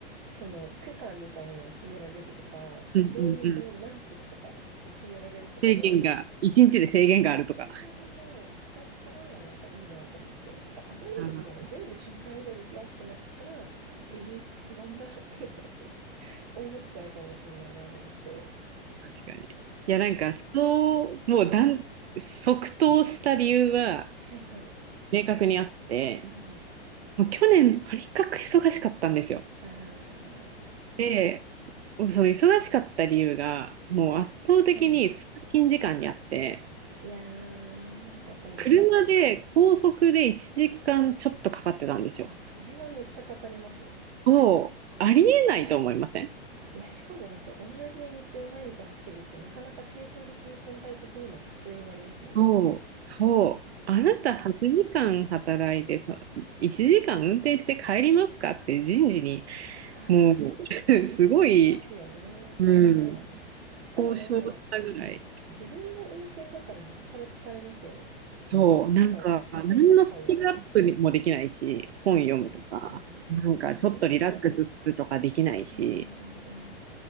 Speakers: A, on the right; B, on the right.
A: その区間みたいなのを決められるとか、
B: うんうんうん。
A: 移動のその何キロとかを決められるとかで、
B: 制限が、一日で制限があるとか。
A: そうそうそうそう。だったら、なんかいいなと思って。なんかあまりにも全部瞬間移動ですよってなっちゃったら、
B: あー
A: えー、つまんなって <laughs> 思っちゃうかもしんないなと思って。
B: 確かに。いや、
A: そう。
B: なんか、そう、もう断即答した理由は
A: はいはい。
B: 明確にあって、
A: はいはい。
B: もう去年とにかく忙しかったんですよ。
A: あ
B: で、その忙しかった理由が、もう圧倒的に通勤時間にあって、
A: ー、はい。いやー、わかります。
B: 車で高速で1時間ちょっとかかってたんですよ。
A: あ、それはめっちゃかかりますね。
B: そう、ありえないと思いません
A: いや、しかもだって同じ道を毎日走るってなかなか精神的、身体的にも苦痛になりますもんね。
B: そう、そう。あなた8時間働いて、
A: やつ。
B: そう、1時間運転して帰りますかって人事に、
A: はいはい。
B: もう、<laughs> すごい、
A: 言いますよね。
B: うん、
A: そりゃ。しかもなんか、
B: 交渉したぐらい。
A: 自分で運転だからなおさら疲れますよね。
B: そう、
A: き、
B: なんか、
A: なんか、精神使うよね。
B: 何のスキルアップもできないし、
A: 確かに確かに。
B: 本読むとか、なんかちょっとリラックスするとかできないし、
A: あ、そっか、電車。うんうんうんうん。